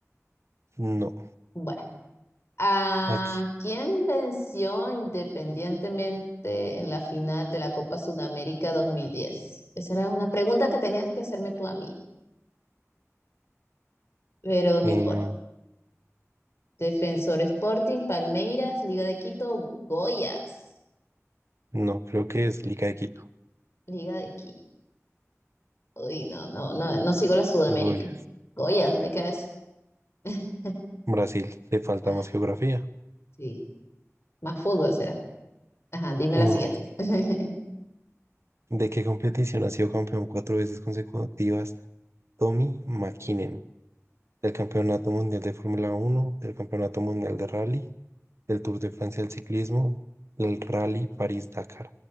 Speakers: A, on the right; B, on the left.
A: no,
B: Bueno, ¿a
A: aquí.
B: quién venció independientemente en la final de la Copa Sudamérica 2010? Esa era una pregunta que tenías que hacerme tú a mí, pero no
A: Em,
B: importa. Defensor Sporting, Palmeiras, Liga de Quito, Goyas.
A: no, creo que es Liga de Quito.
B: Liga de Quito. Uy, no, no, no, no sigo la Sudamérica.
A: Goya.
B: Goyas, ¿dónde queda eso? <laughs>
A: Brasil, le falta
B: Ah,
A: más geografía.
B: sí, más fútbol será. Ajá, dime
A: No,
B: la siguiente. <laughs>
A: ¿de qué competición ha sido campeón cuatro veces consecutivas? Tommy Mäkinen. del Campeonato Mundial de Fórmula Uno, del Campeonato Mundial de Rally, del Tour de Francia del Ciclismo, del Rally París-Dakar.